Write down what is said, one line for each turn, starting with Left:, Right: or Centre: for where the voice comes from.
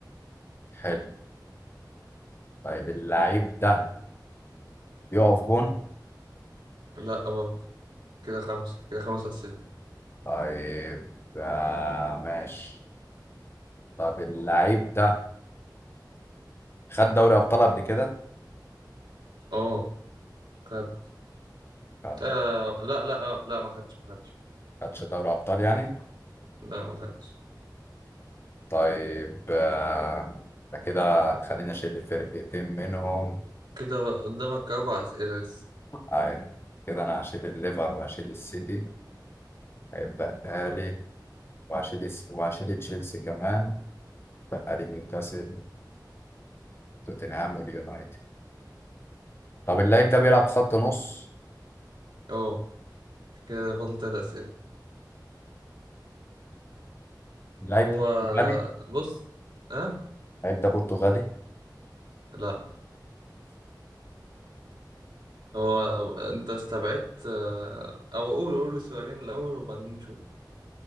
Left: حلو طيب اللعيب ده بيقف جون
Right: لا برضه كده خمسه كده خمس اسئله
Left: طيب آه ماشي طب اللعيب ده خد دوري ابطال قبل كده
Right: اه خدت
Left: خد
Right: آه لا لا آه لا ما خدتش ما خدتش
Left: خدش دوري ابطال يعني
Right: لا ما خدتش
Left: طيب آه، ده كده هتخليني اشيل فرقتين منهم
Right: كده قدامك اربع اسئله لسه
Left: أيوة. كده انا هشيل الليفر وهشيل السيتي هيبقى لي وهشيل الس- وهشيل تشيلسي كمان بقى لي نيوكاسل توتنهام واليونايتد طب اللعيب ده بيلعب خط نص
Right: اه كده فاضل ثلاث اسئله
Left: اللعيب
Right: هو
Left: ده برتغالي
Right: بص أه
Left: اللعيب ده برتغالي
Right: لا هو أنت استبعدت آه، أو قول قول السؤالين الأول وبعدين نشوف